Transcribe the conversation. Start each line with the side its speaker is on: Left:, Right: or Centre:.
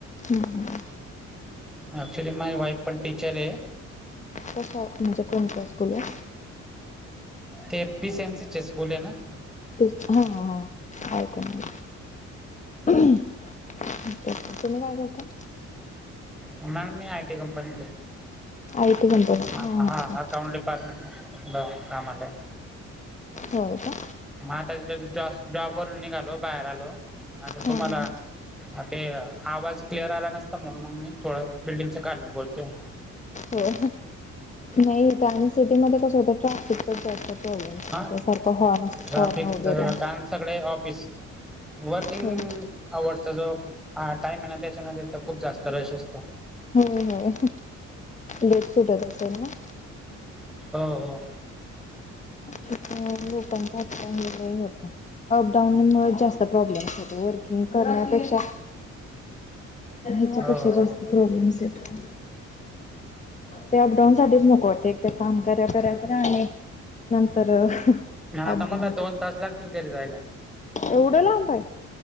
Left: हम्म हम.
Centre: ॲक्च्युली माझी वाईफ पण टीचर आहे.
Left: कशा म्हणजे कोणत्या स्कूलवर.
Centre: ते पी सीएम सीचे स्कूल हैना.
Left: ते हा हा. ऐक म <unintelligible> तुम्ही काय करता
Centre: मॅडम मी I T company
Left: I T कंपनी
Centre: हाय
Left: हां
Centre: हा
Left: हां
Centre: हा.
Left: हां
Centre: अकाउंट डिपार्टमेंटला कामालाय
Left: होय का?
Centre: म आता जॉस जॉबवरून निघालो बाहेर आलो, आता तुम्हाला
Left: हां हां
Centre: आ ते आवाज क्लिअर आला नसता म्हणून म मी थोडं बिल्डिंगच खालीच बोलतो.
Left: व्हय नाइ त्या सिटीमध्ये कसं होतं ट्रॅफिकच जास्त होत
Centre: हा
Left: तेसारखं हॉर्नस
Centre: ट्राफिकच
Left: हॉर्न वगरे
Centre: कारण सगळे ऑफिस वर्किंग
Left: हो
Centre: आवडचा जॉब टाइम हाय ना तेच्यामध्ये तर खूप जास्त रश असतो.
Left: होय होय लेट सुटत असेल ना.
Centre: हो हो‌.
Left: तिथं लोकांचा हक्ता <unintelligible> अपडाऊन मुळ जास्त प्रॉब्लेम्स होतो वर्किंग करण्यापेक्षा हेच्यापेक्षा
Centre: हो
Left: जास्त
Centre: हो
Left: प्रॉब्लेम्स येतो. ते अपडाऊन साठीच नको वाटतंय एक ते काम करा करा करा आणि नंतर अपडाऊन
Centre: ना आता मला
Left: करायचं.
Centre: दोन तास लागतील घरी जायला.
Left: एवढं लांबय